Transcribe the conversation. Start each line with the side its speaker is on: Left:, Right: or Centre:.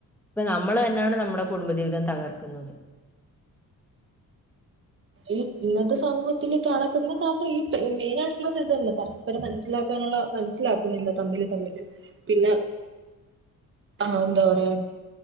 Centre: ഇപ്പ നമ്മൾ തന്നാണ് നമ്മുടെ കുടുംബജീവിതം തകർ- ക്ക്ന്നത്
Right: ഈ ഇന്നത്തെ സമൂഹത്തിൽ കാണപ്പെടുന്ന കാരണം ഈ മെയിൻ ആയിട്ടുള്ളത് ഇതന്നെ പരസ്പരം മനസ്സിലാക്കാനുള്ള മനസ്സിലാക്കുന്നില്ല തമ്മിൽ തമ്മില് പിന്നെ ആ ഉന്താ പറയാന്